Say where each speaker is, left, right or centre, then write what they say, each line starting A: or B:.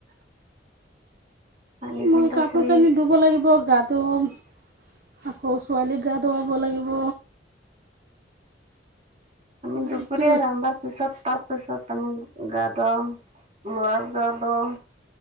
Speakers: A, on the right; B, on the right.
A: পানী
B: মই
A: ফিল্টাৰ
B: কাপোৰ
A: কৰিম।
B: কানি ধুব লাগিব গা ধুম আকৌ ছোৱালীক গা ধুৱাব লাগিব।
A: আমি দুপুৰীয়া
B: এইটোৱে
A: ৰান্ধাৰ পিছত তাৰ পাছত তামোক গা ধুৱাম লৰাক ধোৱাব।